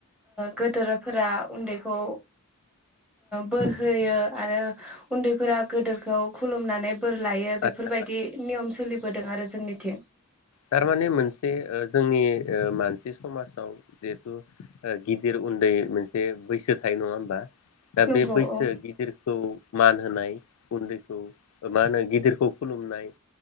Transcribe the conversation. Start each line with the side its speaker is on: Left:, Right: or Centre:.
Centre: गोदोरफोरा उन्दैखौ बोर होयो आरो उन्दैफोरा गोदोरखौ खुलुमनानै बोर लायो बेफोरबायदि
Left: आदसा
Centre: नियमस सोलिबोदों आरो जोंनिथिं।
Left: थारमाने मोनसे ओ जोंनि ओ मानसि समाजाव जिहेथु ओ गिदिर उन्दै मोनसे बैस सो थायो नङा होनबा। दा
Centre: नंगौ
Left: बे बैसो
Centre: औ
Left: गिदिरखौ मान होनाय उन्दै औ मा होनो गिदिरखौ खुलुमनाय